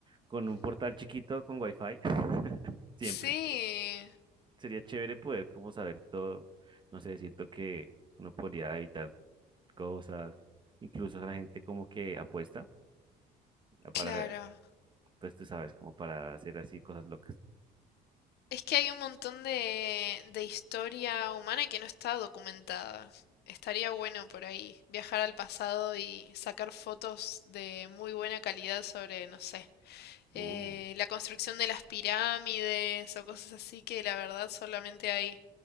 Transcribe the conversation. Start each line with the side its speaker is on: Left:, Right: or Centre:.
Right: con un portal chiquito con wifi. <laughs> Siempre.
Left: Sí,
Right: Sería chévere poder como saber todo. No sé, siento que uno podría evitar cosas. Incluso la gente como que apuesta para,
Left: claro.
Right: pues tú sabes, como para hacer así cosas locas.
Left: Es que hay un montón de, de historia humana que no está documentada. Estaría bueno por ahí viajar al pasado y sacar fotos de muy buena calidad sobre, no sé, eh,
Right: Uh.
Left: la construcción de las pirámides o cosas así que la verdad solamente hay